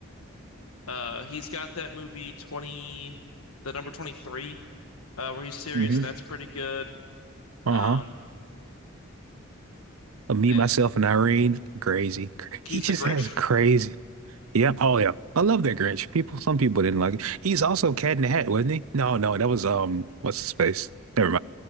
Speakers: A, on the left; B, on the right.
A: Uh, he's got that movie 20, the number 23, uh, where he's serious,
B: hmm
A: and that's
B: <laughs>
A: pretty good.
B: Uh-huh.
A: Um,
B: Uh, Me,
A: man,
B: myself, and Irene, crazy. Cra-
A: he's
B: He just
A: the Grinch.
B: has crazy. Yeah. Oh yeah. I love that Grinch. People, some people didn't like it. He's also Cat in the Hat, wasn't he? No, no, that was um, what's his face? Never